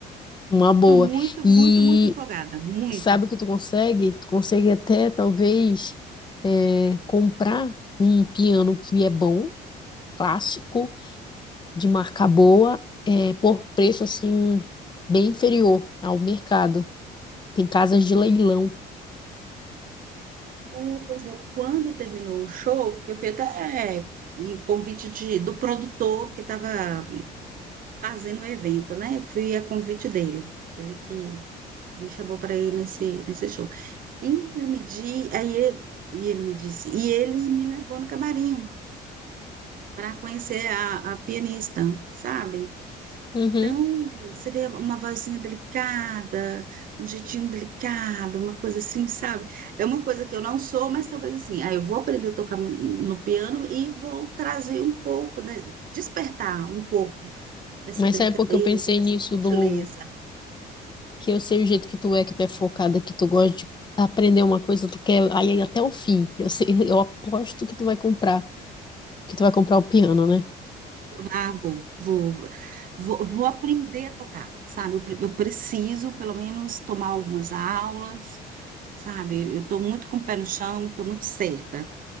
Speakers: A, on the left; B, on the right.
A: Uma boa.
B: Estou muito,
A: E
B: muito, muito empolgada, muito.
A: sabe o que tu consegue? Tu consegue até talvez é, comprar um piano que é bom, clássico de marca boa, é, por preço assim, bem inferior ao mercado. Tem casas de leilão.
B: É, Pois é, quando terminou o show, que eu fui até é, em convite de, do produtor que estava fazendo o evento, né? Eu fui a convite dele, ele que, que me chamou para ir nesse, nesse show. E ele me di, aí ele, e ele me disse, e ele me levou no camarim para conhecer a, a pianista, sabe?
A: Uhum.
B: Então, você vê uma vozinha delicada, um jeitinho delicado, uma coisa assim, sabe? É uma coisa que eu não sou, mas talvez assim, aí eu vou aprender a tocar mi- no piano e vou trazer um pouco, né? Despertar um pouco dessa
A: Mas
B: delicadeza,
A: sabe por que eu pensei
B: dessa
A: nisso do
B: sutileza.
A: que eu sei o jeito que tu é, que tu é focada, que tu gosta de aprender uma coisa, tu quer aí aí até o fim. Eu sei, eu aposto que tu vai comprar, que tu vai comprar o piano, né?
B: Ah, vou, vou, vou, vou aprender a tocar, sabe? Eu, pre- eu preciso, pelo menos, tomar algumas aulas, sabe? Eu estou muito com o pé no chão, estou muito certa.